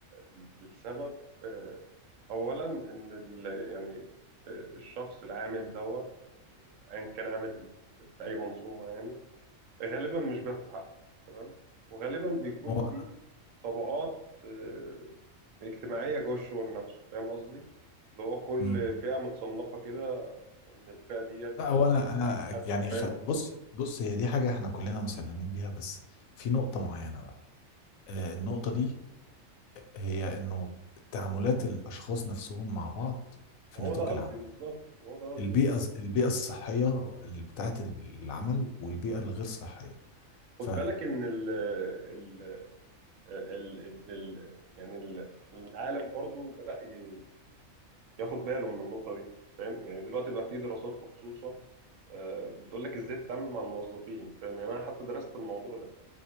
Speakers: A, on the right; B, on the left.
A: ال- السبب آه، أولا إن ال- يعني آه، الشخص العامل دوت أيا كان عامل في أي منظومة يعني غالبا مش بياخد حقه تمام وغالبا بيكون
B: هو
A: في طبقات آه، اجتماعية جوه الشغل نفسه فاهم قصدي؟ اللي هو كل
B: مم.
A: فئة متصنفة كده إن الفئة ديت
B: لا هو انا انا
A: أدنى
B: يعني
A: فاهم؟
B: خ... بص بص هي دي حاجة احنا كلنا مسلمين بيها بس في نقطة معينة بقى آه، النقطة دي هي انه تعاملات الاشخاص نفسهم مع بعض في
A: ما هو
B: نطاق
A: ده قصدي
B: العمل
A: بالظبط ما هو ده قصدي
B: البيئه
A: بالظبط
B: البيئه الصحيه اللي بتاعت العمل والبيئه الغير صحيه
A: خد
B: ف
A: بالك ان ال ال ال ال ال يعني ال- العالم برضو بدأ ي- ياخد باله من النقطة دي فاهم يعني دلوقتي بقى في دراسات مخصوصة آه، بتقول لك ازاي تتعامل مع الموظفين فاهم يعني انا حتى درست الموضوع ده